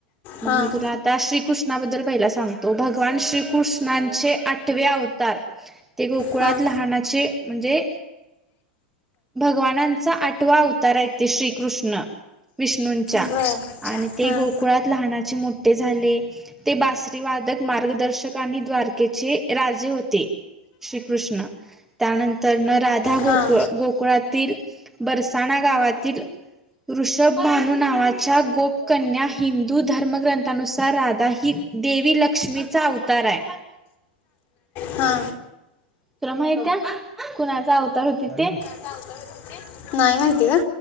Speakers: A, in the centre; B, on the left.
A: मग
B: हां
A: मी तुला आता श्रीकृष्णाबद्दल पहिला सांगतो भगवान श्रीकृष्णांचे आठवे अवतार ते गो कुळात
B: हां
A: लहानाचे म्हणजे भगवानांचा आठवा अवताराय ते श्रीकृष्ण विष्णूंच्या
B: बरं
A: आणि ते
B: हां
A: गोकुळात लनाचे मोठे झाले ते बासरी वादक मार्गदर्शक आणि द्वार चे राजे होते श्रीकृष्ण त्यानंतर न राधा गोक
B: हा हा
A: गोकुळात तील बरसाणा गावातील ऋषभ भानू नावाच्या गोपकन्या हिंद दू धर्मग्रंथानुसार राधा ही देवी लक्ष्मीचा अवतार हाय
B: हा
A: तुला माहित हाय कुणाचा अवतार होतीत ते?
B: अवतार नाही माहिती गं,